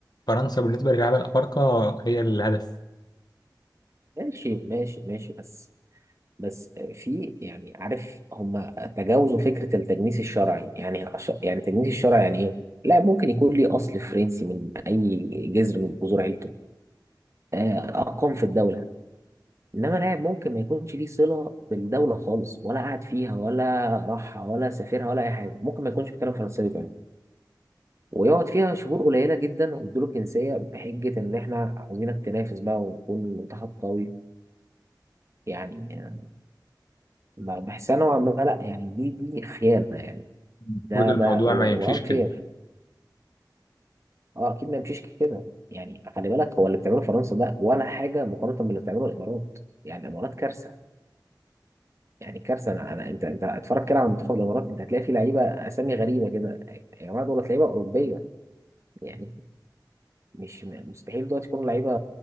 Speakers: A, on the left (about 60°); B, on the right (about 40°).
A: فرنسا بالنسبه للعيبه الافارقه هي الهدف
B: ماشي ماشي ماشي بس بس في يعني عارف هم تجاوزوا فكرة التجنيس الشرعي يعني عش- يعني تجنيس الشرعي يعني ايه؟ لا ممكن يكون لي اصل فرنسي من اي جذر من جذور عيلته آه، اقام في الدولة انما لاعب ممكن ما يكونش ليه صلة بالدولة خالص ولا قعد فيها ولا راحها ولا سافرها ولا اي حاجة ممكن ما يكونش بيتكلم فرنساوي كمان ويقعد فيها شهور قليلة جدا ويدوله الجنسية بحجة ان احنا عاوزينك تنافس بقى وتكون منتخب قوي يعني ما بحسها نوعا ما لا يعني دي دي خيانة يعني
A: المفروض
B: ده
A: الموضوع
B: ده وانفير
A: ما يمشيش كده
B: اه اكيد ما يمشيش كده يعني خلي بالك هو اللي بتعمله فرنسا ده ولا حاجة مقارنة باللي بتعمله الامارات يعني الامارات كارثة يعني كارثة انا, أنا انت انت اتفرج كده على منتخب الامارات انت هتلاقي فيه لعيبة اسامي غريبة كده يا جماعة دول لعيبة اوروبية يعني مش مستحيل دلوقتي يكونوا لعيبة